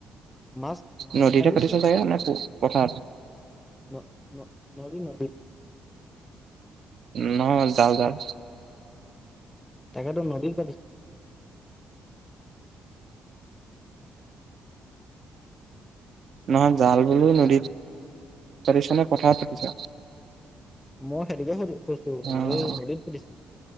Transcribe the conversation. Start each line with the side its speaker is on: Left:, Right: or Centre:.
Left: মাছ মাছ
Right: নদীতে
Left: লাগিছে
Right: পাতিছে চাগে নে পথাৰত
Left: ন ন নদী নদী
Right: নহ জাল জাল
Left: তাকেতো নদীত পাতি
Right: নহয় জাল বুলো নদীত পাতিছনে পথাৰত পাতিছ
Left: মই সেইটোকে সুধি কছো
Right: অ',
Left: হেৰি নদীত পাতিছো